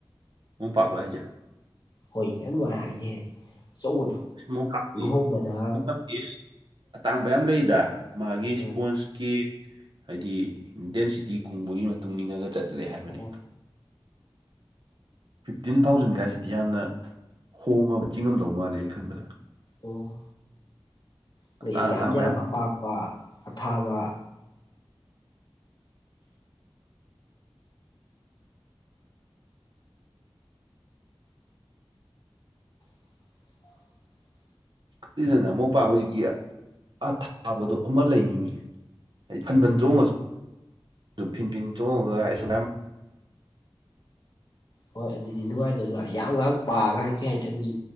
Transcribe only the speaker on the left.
ꯍꯣꯏꯅꯦ ꯑꯗꯨꯃꯥꯏꯅ ꯍꯥꯏꯅꯤ ꯑꯆꯧꯕꯗꯣ
ꯂꯨꯍꯣꯡꯕꯗꯒ
ꯑꯣ
ꯑꯣ
ꯑꯣ ꯃꯣꯏꯁꯦ
ꯌꯥꯝ
ꯌꯥꯝ ꯑꯄꯥꯛꯄ ꯑꯊꯥꯕ <unintelligible>
ꯍꯣꯏ ꯑꯗꯨꯗꯤ ꯅꯨꯡꯉꯥꯏꯗꯣꯏ ꯅꯨꯡꯉꯥꯏ ꯌꯥꯝ ꯉꯥꯡ ꯄꯥꯒ ꯍꯥꯏ ꯀꯩ ꯍꯥꯏꯅꯤ ꯑꯗꯨꯗꯤ